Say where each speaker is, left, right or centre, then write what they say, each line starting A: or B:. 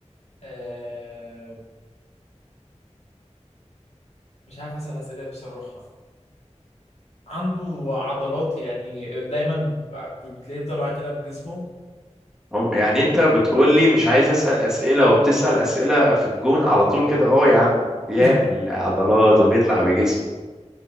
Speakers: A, on the left; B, in the centre.
A: آه مش عارف أسأل أسئلة بصراحة عنده عضلات يعني دايما ب- بتلاقيه طلع كده بجسمه
B: هم- يعني انت بتقول لي مش عايز اسال اسئله وبتسال اسئله في الجون على طول كده اه يا عم بيعمل
A: <laughs>
B: عضلات وبيطلع بجسمه